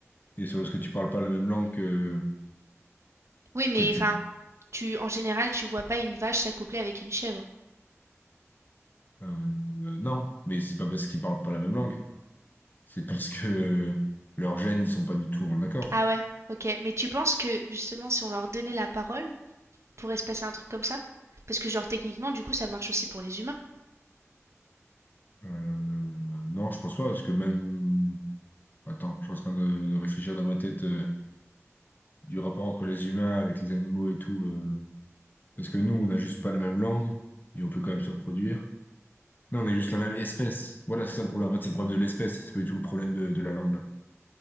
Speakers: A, on the left; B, on the right.
A: Et c'est parce que tu parles pas la même langue que,
B: Oui, mais
A: que tu...
B: enfin, tu, en général, tu vois pas une vache s'accoupler avec une chèvre.
A: euh, euh, non, mais c'est pas parce qu'ils parlent pas la même langue. C'est parce que euh, leurs gènes, ils sont pas du tout en accord.
B: Ah ouais, ok. Mais tu penses que justement, si on leur donnait la parole, pourrait se passer un truc comme ça? Parce que genre techniquement, du coup, ça marche aussi pour les humains.
A: Euh, non, je pense pas, parce que même... Attends, je suis en train de, de réfléchir dans ma tête euh, du rapport entre les humains avec les animaux et tout. euh, parce que nous, on n'a juste pas la même langue, et on peut quand même se reproduire. Non, on est juste la même espèce. Voilà, c'est ça le problème. En fait, c'est le problème de l'espèce. C'est pas du tout le problème de, de la langue, là.